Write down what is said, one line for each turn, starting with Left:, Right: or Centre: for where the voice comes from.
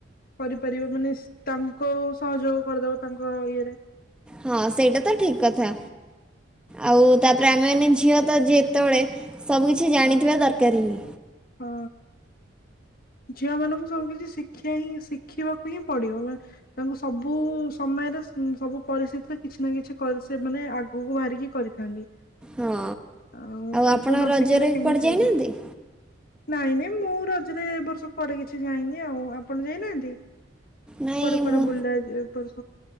Left: କରିପାରିବ ମାନେ ତାଙ୍କୁ ସହଯୋଗ କରିଦବ ତାଙ୍କ ଇଏରେ
Centre: ହଁ ସେଇଟା ତ ଠିକ୍ କଥା ଆଉ ତାପରେ ଆମେମାନେ ଝିଅ ତ ଯେ ଯେତେବେଳେ ସବୁ କିିଛି ଜାଣିଥିବା
Left: ହଁ
Centre: ଦରକାର ହିଁ।
Left: ହଁ ଝିଅ ମାନଙ୍କୁ ସବୁ କିଛି ଶିଖ ଶିକ୍ଷା ହିଁ ଶିଖିବାକୁ ହିଁ ପଡିବ ମା ତାଙ୍କୁ ସବୁ ସମୟରେ ସବୁ ପରିସ୍ଥିତିରେ କିଛି ନା କିଛି କରି ସେ ମାନେ ଆଗକୁ ବାହାରିକି କରିଥାନ୍ତି
Centre: ହଁ
Left: ଆଉ ତାଙ୍କୁ
Centre: ଆପଣ
Left: ନ
Centre: ରଜରେ
Left: ଶିଖିଲେ କେମିତି
Centre: କୁଆଡ଼େ ଯାଇନାହାନ୍ତି
Left: ହବ। ନାଇଁ ନାଇଁ ମୁଁ ରଜରେ ଏ ବର୍ଷ କୁଆଡ଼େ କିଛି ଯାଇନି ଆଉ ଆପଣ ଯାଇନାହାନ୍ତି?
Centre: ନାଇଁ
Left: କୁଆଡେ କୁଆଡେ
Centre: ମୁଁ
Left: ବୁଲିଲା ଏ ବର୍ଷ